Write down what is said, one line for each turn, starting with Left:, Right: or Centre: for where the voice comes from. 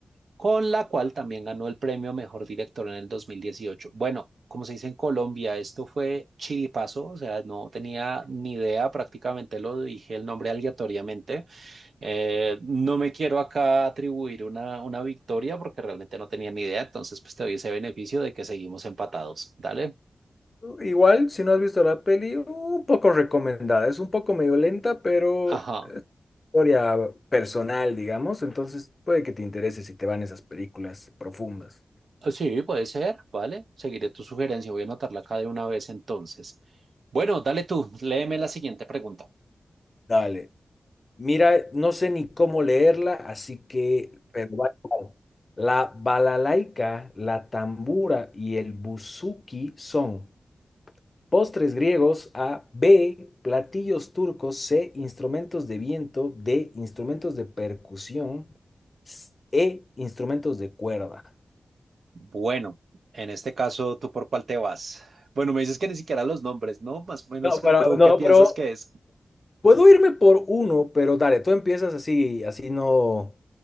Right: con la cual también ganó el premio Mejor Director en el 2018. Bueno, como se dice en Colombia, esto fue chiripazo, o sea, no tenía ni idea, prácticamente lo dije el nombre aleatoriamente. Eh, no me quiero acá atribuir una, una victoria porque realmente no tenía ni idea, entonces pues te doy ese beneficio de que seguimos empatados, ¿dale?
Left: Igual, si no has visto la peli, un poco recomendada. Es un poco medio lenta, pero
Right: Ajá.
Left: historia personal, digamos. Entonces puede que te interese si te van esas películas profundas.
Right: Ah, Sí, puede ser, ¿vale? Seguiré tu sugerencia, voy a anotarla acá de una vez entonces. Bueno, dale tú, léeme la siguiente pregunta.
Left: Dale. Mira, no sé ni cómo leerla, así que, pero va igual. La balalaika, la tambura y el buzuki son postres griegos A, B, platillos turcos C, instrumentos de viento D, instrumentos de percusión s- E, instrumentos de cuerda.
Right: Bueno, en este caso, ¿tú por cuál te vas? Bueno, me dices que ni siquiera los nombres, ¿no? Más o menos,
Left: No,
Right: ¿qué-
Left: pero,
Right: ¿tú
Left: no,
Right: qué piensas
Left: pero
Right: que es?
Left: puedo irme por uno, pero dale, tú empiezas así, así no,